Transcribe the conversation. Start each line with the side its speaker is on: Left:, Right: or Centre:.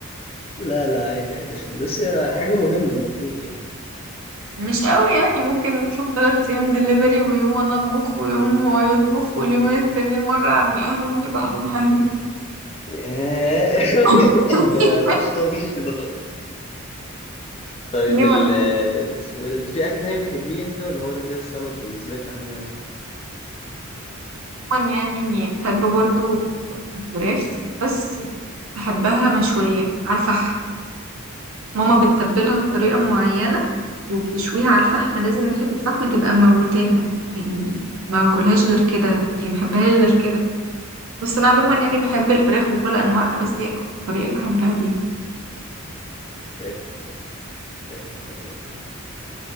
Left: لا لا عادي عادي عشان بس حاجة مهمة المفروض يعني
Right: مش قوي يعني ممكن نطلب تلات ايام دليفري ويوم انا اطبخ ويوم هو يطبخ واليومين التانيين مرة عند اهله ومرة عند اهلي
Left: ياه. <laughs>
Right: <laughs>
Left: ده مفيش طبيخ كده خالص طيب
Right: ليه
Left: ال
Right: انا
Left: اسمه ايه ده انت في اكل تاني بتحبيه يعني كده ولا هو ده كده السمك بالنسبه لك اهم حاجه
Right: عموما يعني بحب برضه الفراخ بس بحبها مشوية على الفحم ماما بتتبلها بطريقة
Left: اه
Right: معينة وبتشويها على الفحم لازم ريحة الفحم تبقى موتاها يعني ما اكلهاش غير كده يعني ما بحبهاش غير كده بس انا عموما
Left: فاهم
Right: يعني بحب الفراخ بكل انواعها بس دي اكتر طريقة بحبها بيها
Left: فاهم فاهم حلو حلو والله